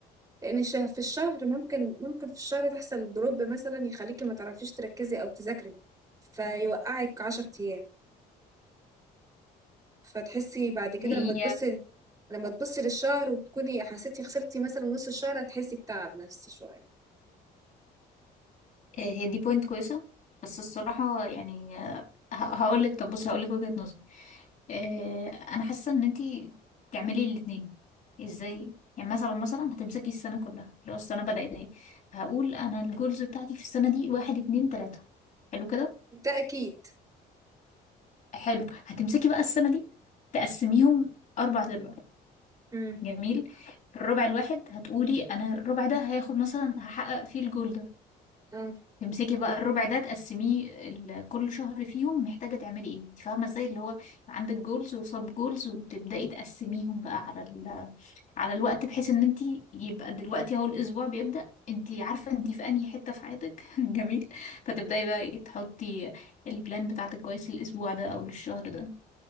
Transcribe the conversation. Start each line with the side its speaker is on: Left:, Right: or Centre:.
Right: لان الش- في الشهر ممكن ممكن في الشهر تحصل دروب مثلا يخليكي ما تعرفيش تركزي او تذاكري فيوقعك عشر ايام فتحسي بعد كده
Left: هي
Right: لما تبصي لما تبصي للشهر وتكوني حسيتي خسرتي مثلا نص الشهر هتحسي بتعب نفسي شوية
Left: آه، هي دي بوينت كويسة بس الصراحة يعني هقول لك طب بص هقول لك وجهة نظري آه، انا حاسة ان انتي تعملي الاتنين ازاي يعني مثلا مثلا هتمسكي السنة كلها لو السنة بدأت اهي هقول انا الجولز بتاعتي في السنة دي واحد اتنين تلاتة حلو كده
Right: ده اكيد
Left: حلو هتمسكي بقى السنة دي تقسميهم أربع أرباع
Right: امم
Left: جميل الربع الواحد هتقولي أنا الربع ده هياخد مثلا هحقق فيه الجول ده
Right: آه.
Left: تمسكي بقى الربع ده تقسميه ال- كل شهر فيهم محتاجة تعملي ايه انت فاهمة ازاي اللي هو يبقى عندك جولز وسب جولز وتبدأي تقسميهم بقى على ال... على الوقت بحيث ان انت يبقى دلوقتي اهو الاسبوع بيبدأ انت عارفة انت في انهي حتة في حياتك <laughs> جميل فتبدأي بقى ايه تحطي البلان بتاعتك كويس للاسبوع ده او للشهر ده